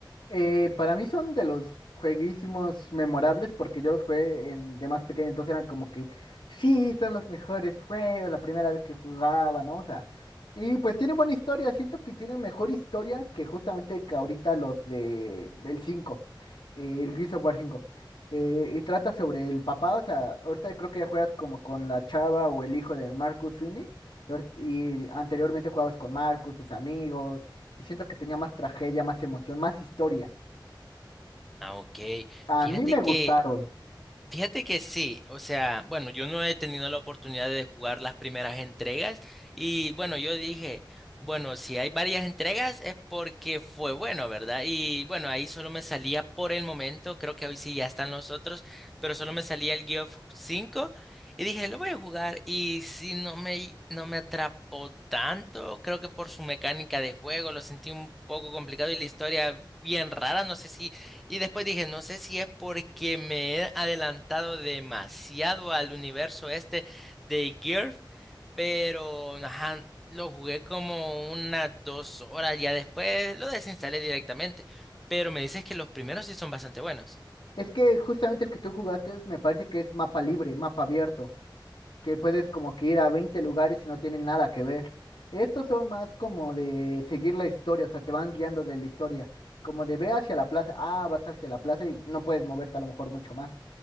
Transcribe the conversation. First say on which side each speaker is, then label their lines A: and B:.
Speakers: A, on the left; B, in the centre.
A: Eh, para mí son de los jueguísimos memorables porque yo los jugué en, de más pequeño, entonces eran como que, sí, son los mejores juegos, la primera vez que jugaba, ¿no? O sea, y pues tienen buena historia, siento que tienen mejor historia que justamente que ahorita los de, del 5, eh, el Gears of War 5. Eh, y trata sobre el papá, o sea, ahorita creo que ya juegas como con la chava o el hijo del Marcus Phoenix, y, ahor- y anteriormente jugabas con Marcus, sus amigos, y siento que tenía más tragedia, más emoción, más historia.
B: Ah, ok,
A: A
B: fíjate
A: mí me
B: que
A: gustaron.
B: Fíjate que sí, o sea, bueno, yo no he tenido la oportunidad de jugar las primeras entregas y bueno, yo dije, bueno, si hay varias entregas es porque fue bueno, ¿verdad? Y bueno, ahí solo me salía por el momento, creo que hoy sí ya están los otros, pero solo me salía el Geoff 5 y dije, lo voy a jugar y si no me, no me atrapó tanto, creo que por su mecánica de juego lo sentí un poco complicado y la historia bien rara, no sé si y después dije, no sé si es porque me he adelantado demasiado al universo este de GIRF, pero ajá, lo jugué como unas dos horas, ya después lo desinstalé directamente. Pero me dices que los primeros sí son bastante buenos.
A: Es que justamente el que tú jugaste me parece que es mapa libre, mapa abierto, que puedes como que ir a 20 lugares y no tienen nada que ver. Estos son más como de seguir la historia, o sea, te van guiando de la historia. Como de ve hacia la plaza, ah, vas hacia la plaza y no puedes moverte a lo mejor mucho más.